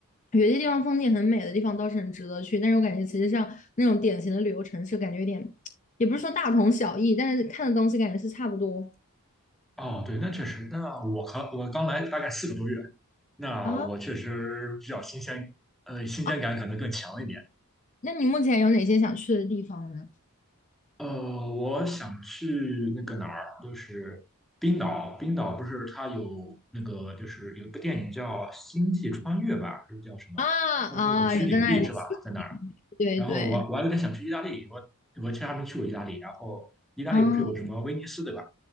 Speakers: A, on the left (about 35°); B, in the centre.
A: 有些地方风景很美的地方倒是很值得去，但是我感觉其实像那种典型的旅游城市，感觉有点，也不是说大同小异，但是看的东西感觉是差不多。
B: 哦，对，那确实，那我可我刚来大概四个多月，那我确实比较新鲜，
A: 啊，
B: 呃，新鲜感可能更强一点。
A: 啊。那你目前有哪些想去的地方呢？
B: 呃，我想去那个哪儿，就是冰岛，冰岛不是它有那个就是有一部电影叫《星际穿越》吧，还是叫什么？
A: 啊啊，
B: 它有那个取景地是吧？
A: 有在那里骑
B: 在哪儿。
A: <laughs> 对对，
B: 然后我我还有点想去意大利，我我其实还没去过意大利。然后意大利不是有什么威尼斯对吧？
A: 啊，